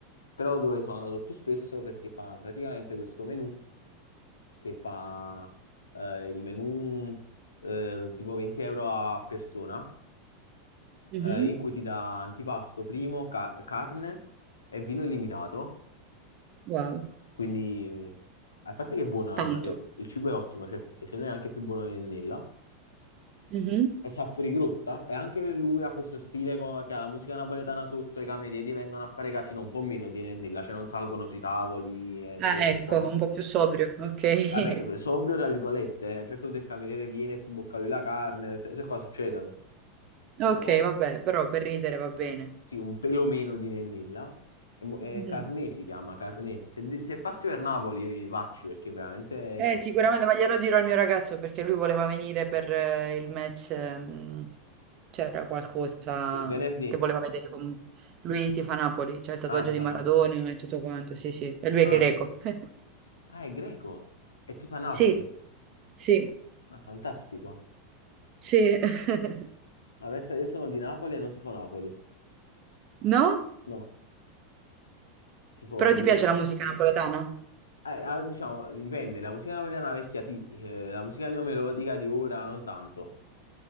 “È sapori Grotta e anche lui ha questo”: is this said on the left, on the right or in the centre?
Left